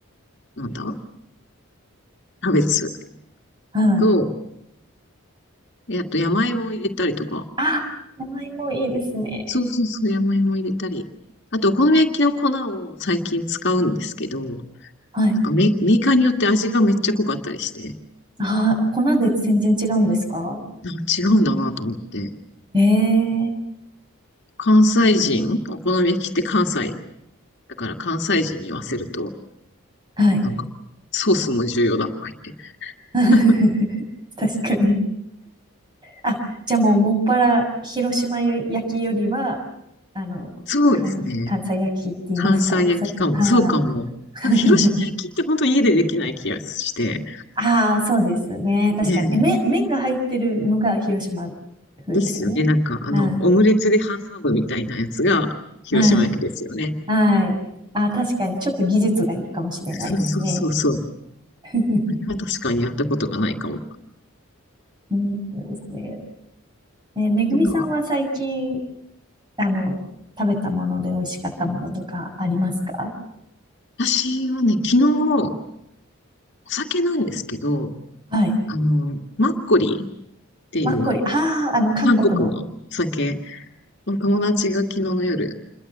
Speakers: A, on the left (about 50°); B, on the right (about 20°).
A: なんだキャベツ
B: はい。
A: と、であと山芋を入れたりとか。
B: ああ、山芋いいですね。
A: そうそうそう、山芋入れたり。あと、お好み焼きの粉を最近使うんですけど、
B: はい。
A: なんかメメーカーによって味がめっちゃ濃かったりして、
B: ああ、粉で全然違うんですか
A: なんか違うんだなと思って。
B: ええ
A: 関西人、お好み焼きって関西。だから関西人に言わせると、
B: はい。
A: なんか、ソースも重要だとか言
B: <laughs>
A: って。
B: 確かに。あ、じゃあもうもっぱら広島焼きよりは、あの、
A: <laughs> そうですね。
B: 関、関西焼きって言いますかおさはあ。
A: 関西焼きかも。そうかも。
B: <laughs>
A: なんか広島焼きって本当家でできない気がして。
B: ああ、そうですね。確かに。
A: ね
B: え麺、麺が入ってるのが広島風ですよね。
A: え、ですよね。なんかあの、
B: はい。
A: オムレツで挟むみたいなやつが広島焼きですよね。
B: はい。はい。ああ、確かに。ちょっと技術がいるかもしれないですね。
A: そうそうそうそう。
B: <laughs>
A: あれは確かにやったことがないかも。
B: うん、そうですね。えめぐみさんは最近、
A: なんか
B: あの、食べたもので美味しかったものとかありますか
A: 私はね、昨日、お酒なんですけど、
B: はい。
A: あの、マッコリーっていう
B: マッコリ。ああ、あの、韓国の。
A: 韓国のお酒、友達が昨日の夜、